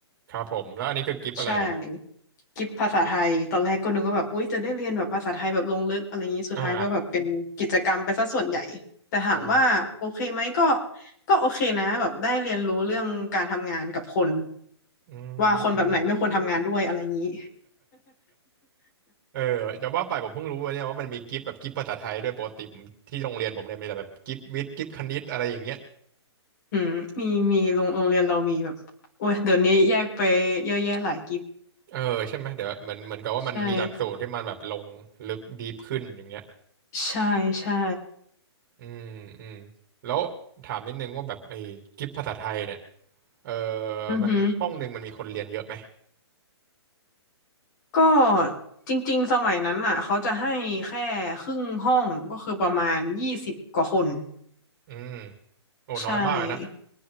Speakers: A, on the right; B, on the left.
A: ครับผมแล้วอันนี้คือกิฟต์อะไรอ่ะ
B: ใช่กิฟภาษาไทยตอนแรกก็นึกว่าแบบอุ๊ยจะได้เรียนแบบภาษาไทยแบบลงลึกอะไรอย่างนี้สุดท้ายก็แบบเป็นกิจกรรมไปซะส่วนใหญ่แต่ถามว่าโอเคไหมก็
A: อ่า อ๋อ
B: ก็โอเคนะแบบได้เรียนรู้เรื่องการทำงานกับคน
A: อืม
B: ว่าคนแบบไหนไม่ควรทำงานด้วยอะไรอย่างนี้
A: <laughs> อืมเออจะว่าไปผมเพิ่งรู้ว่าเนี่ยว่ามันมีกิฟต์แบบกิฟต์ภาษาไทยด้วยปกติผมที่โรงเรียนผมเนี่ยมีแต่แบบกิฟต์วิทย์กิฟต์คณิตอะไรอย่างเงี้ย
B: <laughs> อืมมีมีโรงโรงเรียนเรามีแบบโอ้ยเดี๋ยวนี้แยกไปเยอะแยะหลายกิฟ
A: เออใช่ไหมเดี๋ยวเหมือนเหมือนกับว่ามันมีหลักสูตรที่มันแบบลงลึกดีฟขึ้นอย่างเงี้ย
B: ใช่ใช่ใช่
A: อืมอืมแล้วถามนิดนึงว่าแบบไอ้กิฟต์ภาษาไทยเนี่ยเออ
B: อือหือ
A: มันห้องหนึ่งมันมีคนเรียนเยอะไหม
B: ก็จริงๆสมัยนั้นอ่ะเขาจะให้แค่ครึ่งห้องก็คือประมาณยี่สิบกว่าคน
A: อืมโอ้น้อยมากเลยนะ
B: ใช่